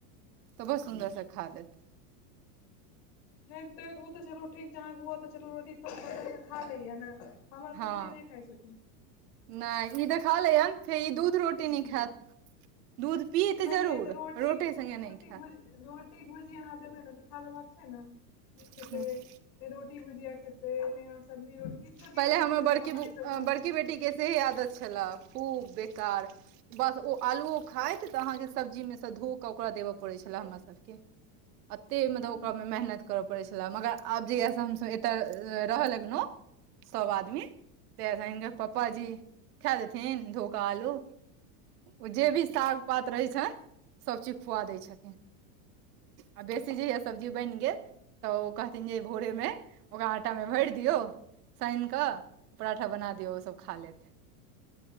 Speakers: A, on the right; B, on the left.
A: तऽ बहुत सुन्दर सँ खा लैत
B: नहि त ओ तऽ चलू ठीक छैय अहाँ के बौआ तऽ चलू रोटी त खाअ लैय ने हमर पुत्री
A: हँ
B: नहि खाइ छथिन।
A: नहि इ तऽ खाय लैय हन फेर इ दूध रोटी रोटे नहि खायत दूध पियत
B: नहिये
A: जरूर
B: तऽ
A: रोटी संगे
B: रोटी
A: नहि खायत
B: भुज रोटी भुजीया अहाँ देबै न तऽ खा लेबाक छैय न नहि खेतै।
A: खायत
B: नहि रोटी भुजिया खेतै नहि सब्जी रोटी किछो दियौ
A: पहिले
B: ने
A: हमर
B: तोड़ि
A: बड़की
B: कऽ अपनेसँ
A: <unintelligible>
B: खा
A: बड़की बेटी के सेहै आदत छला खूब बेकार बस ओ आलुओ खाइत तऽ अहाँके सब्जीमे सँ धोइ कऽ ओकरा देबय पड़ै छलए हमरा सबके। एते
B: तैँ
A: मतलब ओकरा
B: ने
A: मे मेहनत करऽ पड़े छला मगर आब जहिया से हमसब एतय रहै लग लौ सब आदमी तऽ हिनकर पपाजी
B: ह
A: खा देथिन धोइ कऽ आलू ओ जे भी साग पात रहै छनि सबचीज खुआ दैत छथिन आ बेसी जहिया सब्जी बनि गेल तऽ ओ कहथिन जे भोरेमे ' ओकरा आटा मे भरि दियऔ सानि कऽ पराठा बना दियऔ ओ सब खा लेते